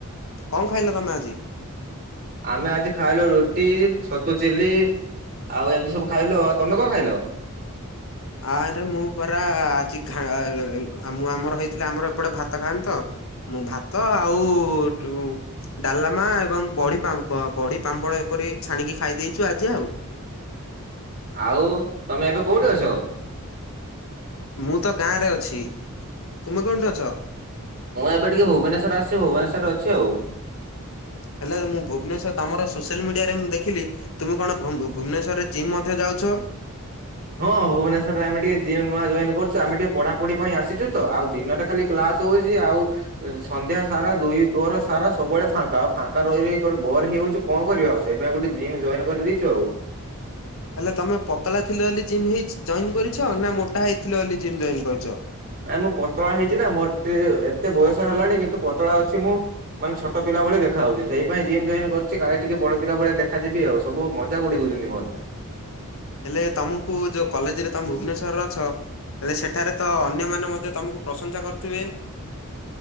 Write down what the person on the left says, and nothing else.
କଣ ଖାଇଲ ତମେ ଆଜି?
ଆରେ ମୁଁ ପରା ଆଜି ଖା ଏ ମୁଁ ଆମର ହେଇଥିଲା ଆମର ଏପଟେ ଭାତ ଖାଆନ୍ତି ତ। ମୁଁ ଭାତ ଆଉ ଟୁ ଡ଼ାଲମା ଏବଂ ବଡ଼ି ପାମ୍ପ ବ ବଡି ପାମ୍ପଡ଼ ଏପରି ଛାଣିକି ଖାଇ ଦେଇେଇଛୁ ଆଜି ଆଉ।
ମୁଁ ତ ଗାଁ ରେ ଅଛି ତୁମେ କୋଉଁଠି ଅଛ?
ହେଲେ ମୁଁ ଭୁବନେଶ୍ୱର ତମର ସୋସିଆଲ ମିଡ଼ିଆରେ ମୁଁ ଦେଖିଲି ତୁମେ କଣ ଭୁ ଭୁବନେଶ୍ଵରରେ ଜିମ୍ ମଧ୍ୟ ଯାଉଛ।
ହେଲେ ତମେ ପତଳା ଥିଲ ବୋଲି ଜିମ୍ ହେଇ ଜଏନ କରିଛ? ନା ମୋଟା ହେଇଥିଲ ବୋଲି ଜିମ୍ ଜଏନ କରିଛ?
ହେଲେ ତମକୁ ଯୋଉ କଲେଜ ରେ ତମ ଭୁବନେଶ୍ୱରରେ ଅଛ ହେଲେ ସେଠାରେ ତ ଅନ୍ୟମାନେ ମଧ୍ୟ ତମକୁ ପ୍ରଶଂସା କରୁଥିବେ।